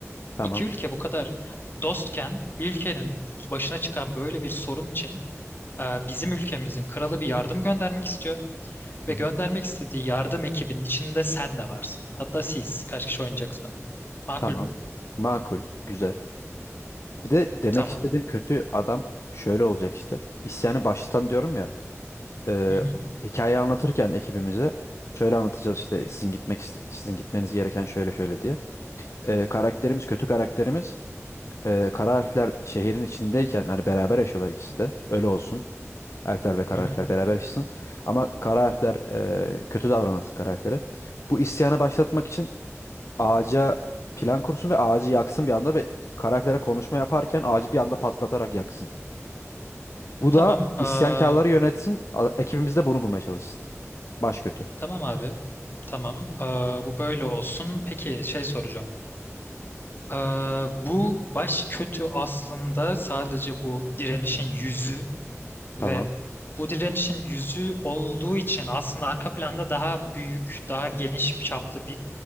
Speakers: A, on the left (about 60°); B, on the left (about 40°).
A: Tamam.
B: İki ülke bu kadar dostken bir ülkenin başına çıkan böyle bir sorun için eee, bizim ülkemizin kralı bir yardım göndermek istiyor.
A: Hı
B: Ve
A: hı.
B: göndermek istediği yardım ekibinin içinde sen de varsın. Hatta siz kaç kişi oynayacaksa. Makul
A: Tamam.
B: mü?
A: Makul. Güzel. Bir de demek
B: Tamam.
A: istediğim kötü adam şöyle olacak işte. İsyanı baştan diyorum ya. E,
B: Hı hı.
A: hikayeyi anlatırken ekibimize şöyle anlatacağız işte sizin gitmek iste- sizin gitmeniz gereken şöyle şöyle diye. E, karakterimiz kötü karakterimiz e, kara elfler şehrin içindeyken hani beraber yaşıyorlar ikisi de. Öyle olsun. Elfler ve kara
B: Hı hı.
A: elfler beraber yaşasın. Ama kara elfler e, kötü davranılsın kara elflere. Bu isyanı başlatmak için ağaca plan kursun ve ağacı yaksın bir anda ve kara elflere konuşma yaparken ağacı bir anda patlatarak yaksın. Bu
B: Tamam.
A: da Tamam. Tamam.
B: eee,
A: isyankarları yönetsin. A- Ekibimiz de bunu bulmaya çalışsın. Baş kötü.
B: tamam abi. Tamam. eee, bu böyle olsun. Peki şey soracağım. Eee, bu baş kötü aslında sadece bu direnişin yüzü
A: Tamam.
B: ve bu direnişin yüzü olduğu için aslında arka planda daha büyük, daha geniş çaplı bir